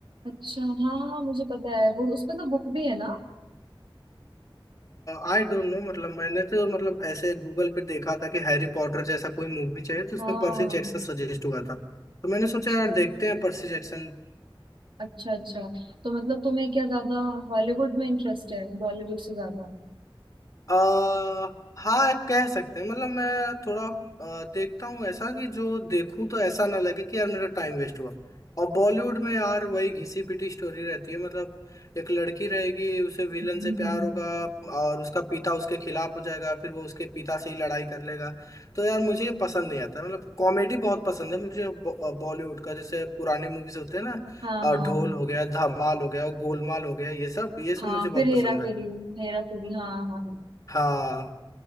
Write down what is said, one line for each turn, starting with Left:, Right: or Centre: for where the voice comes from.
Right: अच्छा हाँ हाँ मुझे पता है वो उसमें तो बुक भी है ना
Left: आई डोंट नो मतलब मैंने तो मतलब ऐसे गूगल पे देखा था कि हैरी पॉटर जैसा कोई मूवी चाहिए तो उसमें
Right: हाँ
Left: पर्सी जैक्सन सजेस्ट हुआ था तो मैंने
Right: अच्छा
Left: सोचा यार देखते हैं पर्सी जैक्सन
Right: अच्छा अच्छा तो मतलब तुम्हें क्या ज्यादा हॉलीवुड में इंटरेस्ट है बॉलीवुड से ज्यादा
Left: आ, हाँ कह सकते हैं मतलब मैं थोड़ा अ, देखता हूँ ऐसा कि जो देखूं तो ऐसा ना लगे कि यार मेरा टाइम वेस्ट हुआ और बॉलीवुड में यार वही घिसी पिटी स्टोरी रहती है मतलब एक लड़की रहेगी उसे विलन
Right: <laughs>
Left: से प्यार होगा और उसका पिता उसके खिलाफ हो जाएगा फिर वो उसके पिता से ही लड़ाई कर लेगा तो यार मुझे ये पसंद नहीं आता मतलब कॉमेडी बहुत पसंद है मुझे बॉलीवुड का जैसे पुराने मूवीज होते हैं ना
Right: हाँ
Left: अ,
Right: हाँ
Left: ढोल हो गया धमाल हो गया गोलमाल हो गया ये सब ये सब
Right: हाँ
Left: मुझे बहुत
Right: फिर हेरा
Left: पसंद
Right: फेरी
Left: है
Right: हेरा फेरी हाँ हाँ हाँ,
Left: हाँ